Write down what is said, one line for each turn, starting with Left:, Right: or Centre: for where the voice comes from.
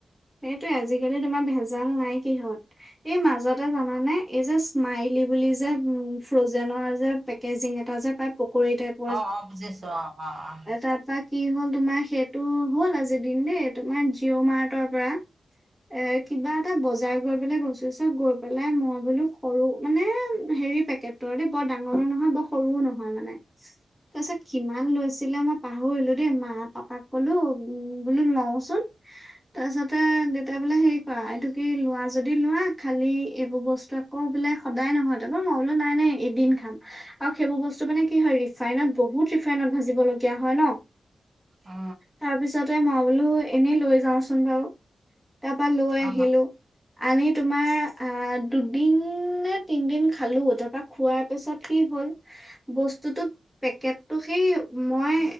Centre: সেইটোৱে, আজিকালি তোমাৰ ভেজাল নাই কি'হত? এই মাজতে জানানে? এই যে স্মাইলী বুলি যে উম ফ্ৰজেনৰ যে। পেকেজিং এটা যে পায় পকৰী টাইপ।
Right: অ' অ', বুজিছো অ অ অ।
Centre: <unintelligible> কি হ'ল তোমাৰ সেইটো হ'ল আজি দিম দেই, তোমাৰ জিঅ' মাৰ্টৰ পৰা। এ কিবা এটা বজাৰ কৰিবলৈ গৈছোঁ, চব গৈ পেলাই। মই বোলো কৰো মানে হেৰি পে <unintelligible> বৰ ডাঙৰো নহয়, বৰ সৰুও নহয় মানে। তাৰ পিছত কিমান লৈছিলে, মই পাহৰিলোঁ দেই। মা-পাপাক কলো, উ বোলো লওঁচোন। তাৰপিছতে দেউতাই বোলে হেৰি কৰা এইটো কি লোৱা যদি লোৱা, খালি এইবোৰ বস্তু আকৌ বোলে, সদায় <unintelligible> মই বোলো, নাই নাই, এদিন খাম। আৰু সেইবোৰ বস্তু মানে কি হয় ৰিফাইনত বহুত ৰিফাইনত ভাজিবলগীয়া হয় ন?
Right: অ
Centre: তাৰপিছতে মই বোলো এনেই লৈ যাওঁচোন বাও। তাপা লৈ আহিলো।
Right: উম
Centre: আমি তোমাৰ আহ, দুদিন নে তিনিদিন খালোঁ। তাৰপৰা খোৱাৰ পিছত কি হ'ল বস্তুটো পেকেটো সেই মই